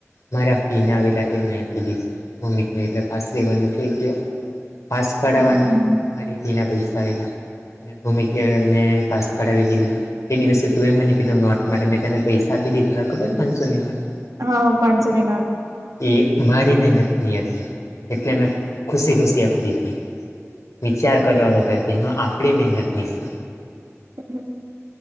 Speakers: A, on the left (about 70°); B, on the right (about 85°).
A: મારા ફી આવેલા મે આપી દી ભૂમિકની એટલે પાસ રેવાનું થઈ ગયુ પાસ કઢાવાનું
B: હમ
A: મારી ફી ના પૈસા આવેલા ને ભૂમિક મે પાસ કઢાવી દીધેલા તે દિવસે તું એ મને કીધું નોટ માટે મેં તેને પૈસા આપી દીધેલા ખબર પાંચસોની નોટ
B: હા પાંચોની નોટ
A: એ મારી મહેનત ની હતી એટલે મેં ખુશી ખુશી આપ દીધી વિચાર કરવા વગરથી હા આપડી હેનત ની છે
B: હમ